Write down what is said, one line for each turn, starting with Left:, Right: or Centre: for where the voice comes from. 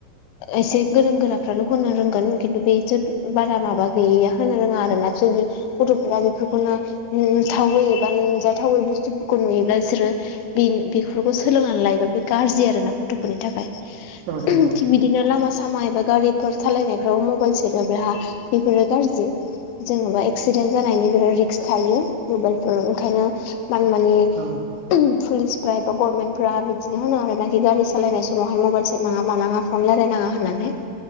Left: एसे गोरों गोरा फ्राल' होनो रोंगोन खिन्थु बेसोर बारा माबा गैयिया होनो रोङा आरोना गथ'फ्रा बेफोरखौनो नुथावै एबा नुजाथावै बुस्थुफोरखौ नुयोब्ला बिसोरो बिन-बिफोरखौ सोलोंनानै लायोबा बे गाज्रि आरोना गथ'फोरनि थाखाय
Right: नोंथां औ
Left: थिग बिदिनो लामा सामा एबा गारि फोर सालायनायफ्राव मबाइल सेरोब्ला बेफोरो गाज्रि जेन'बा एक्सिडेन्ट जानायनि बिराद रिक्स थायो मबाइलफोराव ओंखायनो मान-माने
Right: औ
Left: <inaudible> पुलिसफ्रा एबा गभरनमेन्टफ्रा बिदिनो होनो आरो ना खि गारि सालायनाय समावहाय मबाइल सेरनाङा मानाङा फन लायराय नाङा होननानै